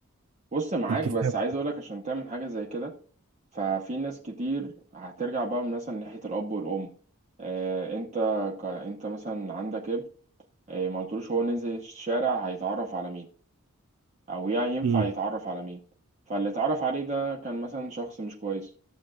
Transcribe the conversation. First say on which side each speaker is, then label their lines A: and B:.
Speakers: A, on the right; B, on the right.
A: بص معاك
B: انت
A: بس
B: فاهم
A: عايز اقولك عشان تعمل حاجة زي كده ففي ناس كتير هترجع بقى مثلا ناحية الأب والأم آه، أنت ك... أنت مثلا عندك ابن آه، ما قلتلوش هو نزل الشارع هيتعرف على مين أو يعني ينفع
B: امم
A: يتعرف على مين فاللي اتعرف عليه ده كان مثلا شخص مش كويس